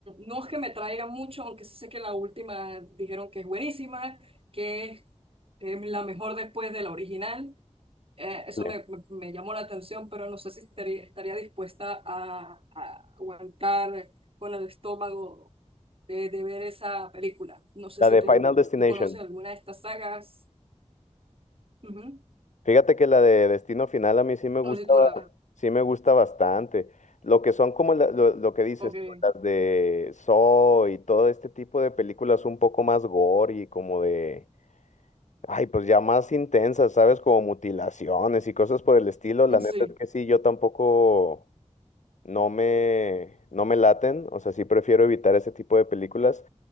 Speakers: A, on the right; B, on the left.
A: no es que me traiga mucho, aunque sí sé que la última dijeron que es buenísima, que es es la mejor después de la original eh, eso
B: Sí.
A: me, me- me llamó la atención, pero no sé si estaría, estaría dispuesta a, a aguantar con el estómago de, de ver esa película. No sé
B: La
A: si
B: de
A: tú,
B: Final Destination.
A: tú conoces alguna de estas sagas. Ujú.
B: Fíjate que la de Destino Final a mí sí me
A: No
B: gusta,
A: sé si tú
B: ba-
A: la...
B: sí me gusta bastante. Lo que son como la- lo, lo que dices
A: Ok.
B: tú, las de Saw y todo este tipo de películas un poco más gore y como de, ay, pues ya más intensas, ¿sabes? Como mutilaciones y cosas por el estilo. La
A: Sí,
B: neta es que sí, yo tampoco. no me, no me laten, o sea, sí prefiero evitar ese tipo de películas,